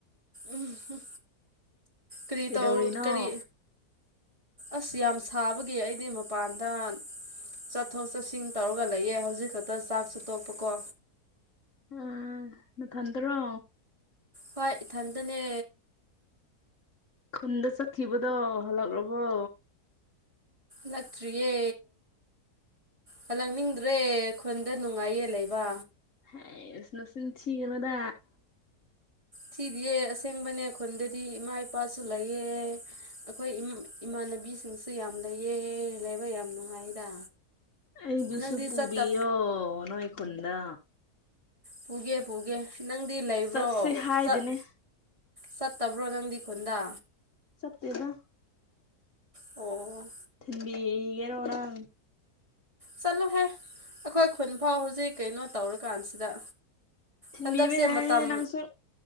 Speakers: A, on the right; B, on the left.
A: ꯎꯝ ꯍꯝ ꯀ꯭ꯔꯤ
B: ꯀꯩꯗꯧꯔꯤꯅꯣ
A: ꯇꯧ ꯀꯔꯤ ꯑꯁ ꯌꯥꯝ ꯁꯥꯕꯒꯤ ꯑꯩꯗꯤ ꯃꯄꯥꯟꯗ ꯆꯠꯊꯣꯛ ꯆꯠꯁꯤꯟ ꯇꯧꯔꯒ ꯂꯩꯌꯦ ꯍꯧꯖꯤꯛ ꯈꯇ ꯆꯥꯛꯁꯨ ꯇꯣꯛꯄꯀꯣ
B: ꯎ ꯅꯊꯟꯗꯔꯣ
A: ꯍꯣꯏ ꯏꯊꯟꯗꯅꯦ
B: ꯈꯨꯟꯗ ꯆꯠꯈꯤꯕꯗꯣ ꯍꯜꯂꯛꯔꯕꯣ
A: ꯂꯛꯇ꯭ꯔꯤꯌꯦ ꯍꯂꯛꯅꯤꯡꯗ꯭ꯔꯦ ꯈꯨꯟꯗ ꯅꯨꯡꯉꯥꯏꯌꯦ ꯂꯩꯕ
B: ꯍꯦꯁ ꯅꯆꯤꯟ ꯊꯤꯒꯅꯣꯗ
A: ꯁꯤꯗꯤꯌꯦ ꯑꯁꯦꯡꯕꯅꯦ ꯈꯨꯟꯗꯗꯤ ꯏꯃꯥ ꯏꯄꯥꯁꯨ ꯂꯩꯌꯦꯦ ꯑꯈꯣꯏ ꯏꯝ ꯏꯃꯥꯟꯅꯕꯤꯁꯤꯡꯁꯨ ꯌꯥꯝ ꯂꯩꯌꯦ ꯂꯩꯕ ꯌꯥꯝ ꯅꯨꯡꯉꯥꯏꯗ
B: ꯑꯩ ꯕꯨꯁꯨ
A: ꯅꯪꯗꯤ
B: ꯄꯨꯨꯕꯤꯌꯣ
A: ꯆꯠꯇ
B: ꯅꯣꯏ ꯈꯨꯟꯗꯥ
A: ꯄꯨꯒꯦ ꯄꯨꯒꯦ ꯅꯪꯗꯤ ꯂꯩꯕ꯭ꯔꯣ
B: ꯆꯠꯁꯦ ꯍꯥꯏꯗꯦꯅꯦ
A: ꯆꯠ ꯆꯠꯇꯕ꯭ꯔꯣ ꯅꯪꯗꯤ ꯈꯨꯟꯗꯥ
B: ꯁꯠꯇꯦꯗ
A: ꯑꯣ
B: ꯊꯤꯟꯕꯤꯒꯦꯔꯣ ꯅꯪ
A: ꯆꯠꯂꯣꯍꯦ ꯑꯩꯈꯣꯏ ꯈꯨꯟꯐꯥꯎ ꯍꯧꯖꯤꯛ ꯀꯩꯅꯣ ꯇꯧꯔꯀꯥꯟꯁꯤꯗ
B: ꯊꯤꯟꯕꯤꯕ
A: ꯍꯟꯗꯛꯁꯦ
B: ꯌꯥꯏꯍꯦ
A: ꯃꯇꯝ
B: ꯅꯪꯁꯨ